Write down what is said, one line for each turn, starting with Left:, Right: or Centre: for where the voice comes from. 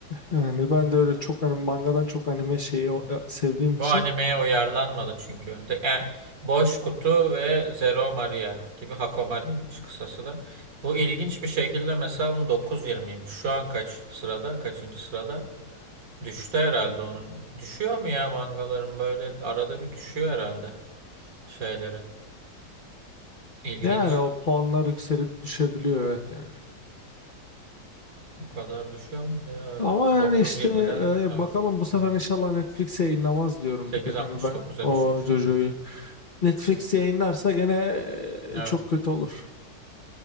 Left: yani ben de öyle çok hani mangadan çok anime şeyi
Right: Hı
Left: o-
Right: hı.
Left: sevdiğim için
Right: Bu animeye uyarlanmadı çünkü. De, e, Boş Kutu ve Zero Maria gibi Hakomari'ymiş kısası da. Bu ilginç bir şekilde mesela bunun 9.20'ymiş. Şu an kaç sırada? Kaçıncı sırada? Düştü herhalde onun. Düşüyor mu ya mangaların böyle arada bir düşüyor herhalde şeyleri. İlginç.
Left: yani o puanlar yükselip düşebiliyor evet yani.
Right: Bu kadar düşüyor mu? Evet.
Left: Ama yani
Right: 9.20'den
Left: işte e,
Right: evet.
Left: bakalım bu sefer
Right: Hı hı.
Left: inşallah Netflix yayınlamaz diyorum
Right: sekiz
Left: bir tek
Right: altmış
Left: hani ben
Right: dokuz'a
Left: o
Right: düşmüş
Left: Jojo'yu.
Right: evet.
Left: Netflix
Right: Hı hı.
Left: yayınlarsa gene e,
Right: Evet.
Left: çok kötü olur.